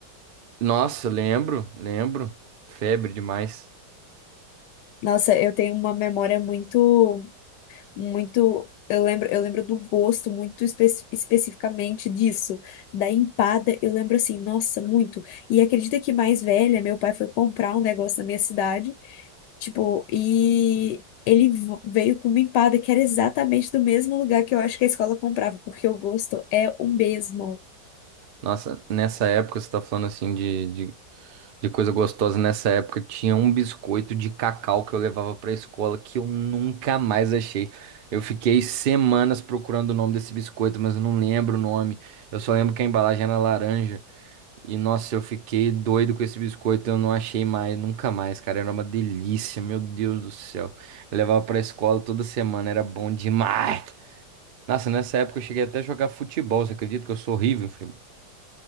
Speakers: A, on the right; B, on the left.
A: Nossa, lembro, lembro. Febre demais.
B: Nossa, eu tenho uma memória muito, muito. Eu lembro, eu lembro do gosto muito espe especificamente disso, da empada. Eu lembro assim, nossa, muito. E acredita que mais velha, meu pai foi comprar um negócio na minha cidade. Tipo, e ele v- veio com uma empada que era exatamente do mesmo lugar que eu acho que a escola comprava, porque o gosto é o mesmo.
A: Nossa, nessa época você tá falando assim de, de, de coisa gostosa. Nessa época tinha um biscoito de cacau que eu levava pra escola que eu nunca mais achei. Eu fiquei semanas procurando o nome desse biscoito, mas eu não lembro o nome. Eu só lembro que a embalagem era laranja. E nossa, eu fiquei doido com esse biscoito, eu não achei mais, nunca mais, cara. Era uma delícia, meu Deus do céu. Eu levava pra escola toda semana, era bom demais. Nossa, nessa época eu cheguei até a jogar futebol, você acredita que eu sou horrível, primo?